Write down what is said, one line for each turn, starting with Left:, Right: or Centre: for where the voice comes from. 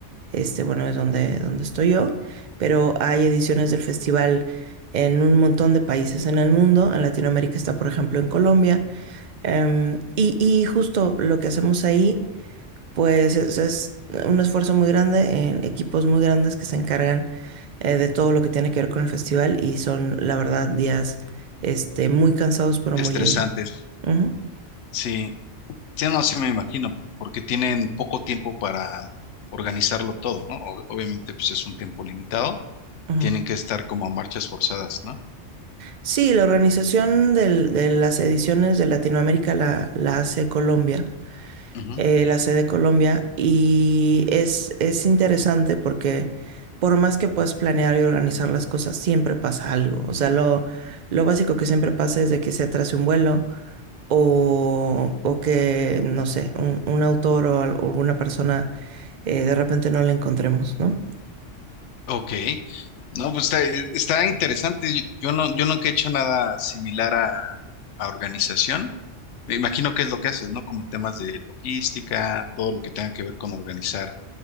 Right: este, bueno, es donde, donde estoy yo, pero hay ediciones del festival en un montón de países en el mundo. En Latinoamérica está, por ejemplo, en Colombia. Em, y, y justo lo que hacemos ahí, pues es, es un esfuerzo muy grande en equipos muy grandes que se encargan eh, de todo lo que tiene que ver con el festival y son, la verdad, días este, muy cansados, pero muy
Left: Estresantes.
Right: lindos. Ujú,
Left: Sí, Sí, no, sí me imagino, porque tienen poco tiempo para organizarlo todo, ¿no? O- obviamente, pues es un tiempo limitado,
Right: ujú.
Left: tienen que estar como a marchas forzadas, ¿no?
Right: Sí, la organización del- de las ediciones de Latinoamérica la, la hace Colombia.
Left: Ujú.
Right: eh, la sede Colombia, y es, es interesante porque por más que puedas planear y organizar las cosas, siempre pasa algo. O sea, lo, lo básico que siempre pasa es de que se atrase un vuelo o, o que, no sé, un, un autor o al- o alguna persona eh, de repente no la encontremos, ¿no?
Left: Ok. No, pues está, está interesante. Yo yo no, yo nunca he hecho nada similar a, a organización. Me imagino que es lo que haces, ¿no? Como temas de logística, todo lo que tenga que ver con organizar